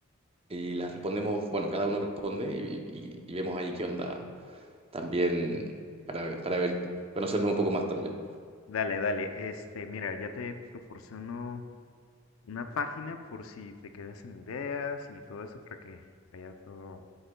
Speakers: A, on the right; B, on the left.
A: y las respondemos, bueno, cada uno responde y, y- y vemos ahí qué onda también para, ver- para ver, conocernos un poco más también.
B: Dale, dale. Este, mira, ya te proporciono Una página por si te quedas sin ideas y todo eso para que vaya todo,